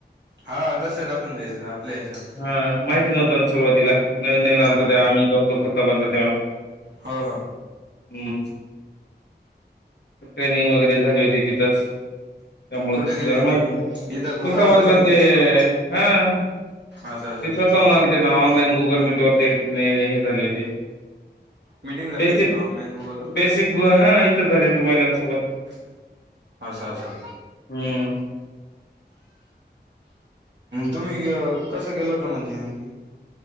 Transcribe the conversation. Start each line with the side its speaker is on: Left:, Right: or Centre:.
Right: हा तसं टाकून द्यायचं आपल्या ह्याच्यावर
Left: हा. माहिती नव्हत ना सुरुवातीला नवीन नवीन
Right: हा
Left: आलतो तेव्हा आमी हित होतो खुर्दाबादला. तेवा..
Right: हो ह.
Left: हूं. ट्रेनिंग वगैरे झाली होती तिथंच, त्यामुळे
Right: कुठे
Left: तिथ
Right: गेली
Left: जरा
Right: होती
Left: माहिती
Right: तुम्ही
Left: होत
Right: इथं खुलताबादलाच
Left: खुलताबादला
Right: गेलती
Left: ते
Right: का
Left: अ ह.
Right: असं असं
Left: ते स्वतःहून आलते ना, ऑनलाईन गुगल मीट वरती. नाही नाही, हे झाले होती.
Right: मीटिंग झाली
Left: बेसिक
Right: होती का ऑनलाईन गुगलवर
Left: बेसिक ब हाय. झाले ते महिलांसोबत.
Right: अच्छा! अच्छा!
Left: हम्म
Right: तुम्ही कसं केलं होत म्हणजे.